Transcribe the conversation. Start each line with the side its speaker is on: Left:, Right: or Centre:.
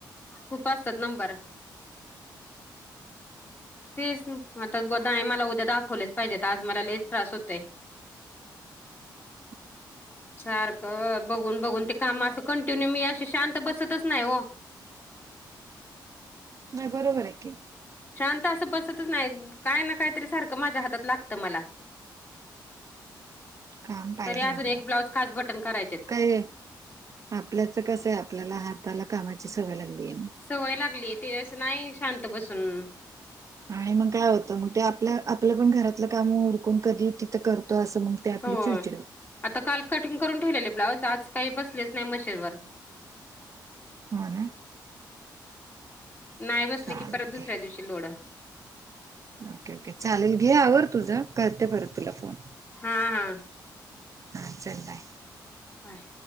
Left: खूप असतात नंबर. तेच आता बा आणि मला उद्या दाखवलेच पाहिजेत, आज मला लच त्रास होतय.
Right: <inaudible>
Left: सारखं बघून बघून ते काम असं कंटिन्यू मी अशी शांत बसतच नाही हो.
Right: नाय बरोबर हाय की.
Left: शांत असं बसतच नाय, काय ना कायतरी सारखं माझ्या हातात लागतं मला.
Right: काम पाहिजे
Left: तरी अजून
Right: मला
Left: एक ब्लाउज खास बटन करायचेत.
Right: काय आहे? आपल्याच कसं आहे आपल्याला हाताला कामाची सवय लागली आहे ना.
Left: सवय लागली, ते असं नाही शांत बसून.
Right: आणि मग काय होतं मग ते आपलं आपलं पण घरातलं काम उरक. कोण कधी तिथं करतो असं मग ते आपली
Left: हो.
Right: चिडचिडत.
Left: आता काल कटिंग करून ठेवलेले ब्लाऊज आज काही बसलेच नाही मशीनवर.
Right: हो ना.
Left: नाही बसले
Right: चालते
Left: की परत दुसऱ्या दिवशी लोड.
Right: ओके ओके चालेल, घे आवर तुझं करते परत तुला फोन.
Left: हा हा.
Right: हा चल हाय.
Left: व्हय.